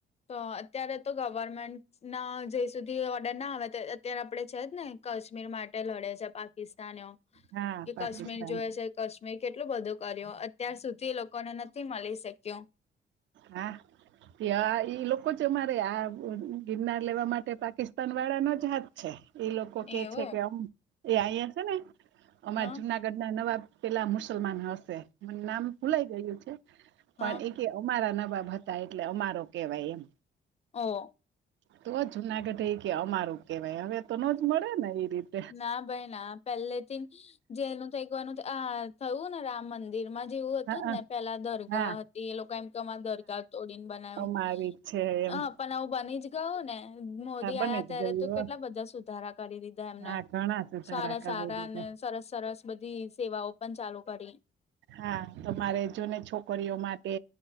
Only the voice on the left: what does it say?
તો અત્યારે તો ગવર્મેન્ટ ના જ સુધી ઓર્ડર ના આવે અત્યારે આપડણે છે જ ને. કાશ્મીર માટે લડે છે પાકિસ્તાનઓ
કે
કાશ્મીર જોય છે. કાશ્મીર કેટલું બધું કર્યું અત્યાર સુધી લોકોને નથી મળી શક્યું.
એવું
હા
હા
ઓ.
ના ભાઈ ના પહેલે થી જે ન થઈ કવાનું આ થયું ને રામ મંદિર મંદિર માં જેવું હતું.
જે ને પેલા દરગાહ
હતી એ લોકો એમ કે દરગાહ તોડીને બનાવ્યું.
હ પણ આવું બની જ ગયો ને. મોદી
આવ્યા
ત્યારે
તો
કેટલા બધા સુધારા કરી દીધા. એમને
સારા
સારા
અને સરસ સરસ બધી સેવાઓ પણ ચાલુ કરી.